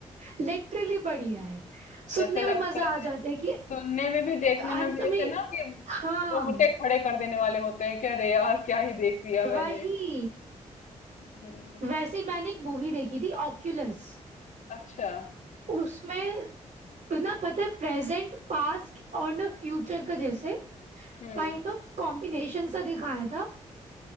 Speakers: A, on the right; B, on the left.
A: लिटरली बढ़िया है सुनने
B: जैसे लगता
A: में मजा
B: है
A: आ जाता है कि
B: सुनने में भी देखने
A: अंत
B: में भी जैसे
A: में
B: ना कि
A: हाँ
B: रोंगटे खड़े कर देने वाले होते हैं कि अरे यार क्या ही देख लिया मैंने
A: वही
B: हम्म,
A: वैसे ही मैंने एक मूवी देखी थी ऑक्यूलस
B: अच्छा
A: उसमें ना पता है प्रेजेंट पास्ट और ना फ्यूचर का जैसे
B: हम्म
A: काइंड ऑफ कॉम्बिनेशन सा दिखाया था